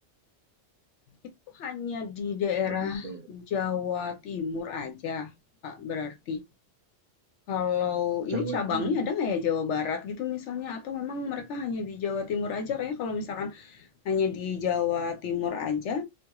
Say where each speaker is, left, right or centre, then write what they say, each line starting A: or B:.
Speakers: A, on the left; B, on the right.
A: Itu hanya di daerah
B: begitu
A: Jawa Timur aja, Pak. berarti? Kalau
B: Jawa
A: ini cabangnya
B: Timur
A: ada nggak ya Jawa Barat gitu misalnya? Atau memang mereka hanya di Jawa Timur aja? Kayaknya kalau misalkan hanya di Jawa Timur aja,